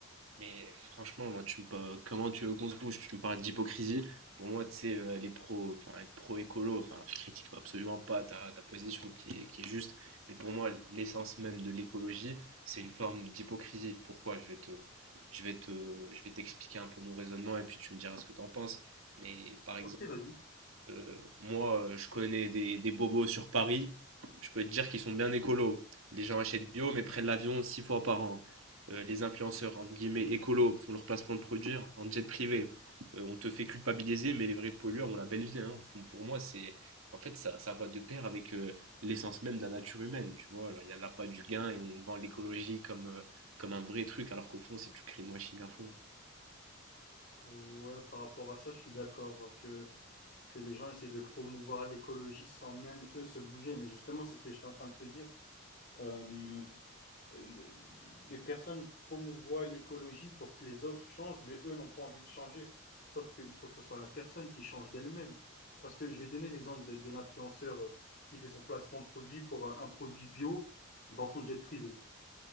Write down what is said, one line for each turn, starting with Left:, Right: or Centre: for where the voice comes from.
Right: Mais franchement, moi, tu me parles- comment tu veux qu'on se bouge? Tu me parles d'hypocrisie. Pour moi, tu sais, euh, les pros, enfin, être pro-écolo, enfin, je critique pas- absolument pas ta, ta position qui est, qui est juste, mais pour moi, l'essence même de l'écologie, c'est une forme d'hypocrisie. Pourquoi? Je vais te, je vais te, je vais t'expliquer un peu mon raisonnement et puis tu me diras ce que t'en penses. Mais par exemple,
Left: Ok, vas-y.
Right: euh, moi, euh, je connais des, des bobos sur Paris. Je peux te dire qu'ils sont bien écolos. Les gens achètent bio, mais prennent l'avion six fois par an. Euh, les influenceurs, entre guillemets, écolos, font leur placement de produits en jet privé. Euh, on te fait culpabiliser, mais les vrais pollueurs ont la belle vie. hein. Faut- Pour moi, c'est. En fait, ça, ça va de pair avec euh, l'essence même de la nature humaine, tu vois. Alors, Il n'y en a pas du gain et on vend l'écologie comme, euh, comme un vrai truc, alors qu'au fond, c'est du greenwashing à fond.
Left: Pss, Ouais, par rapport à ça, je suis d'accord euh, que, que les gens essaient de promouvoir l'écologie sans même eux se bouger. Mais justement, c'est ce que j'étais en train de te dire. Euh, Euh, les, les personnes promouvoient l'écologie pour que les autres changent, mais eux n'ont pas envie de changer. Sauf qu'il faut que ce soit la personne qui change d'elle-même. Parce que je vais donner l'exemple de, de l'influenceur euh, qui fait son placement produit pour euh, un produit bio dans son jet privé.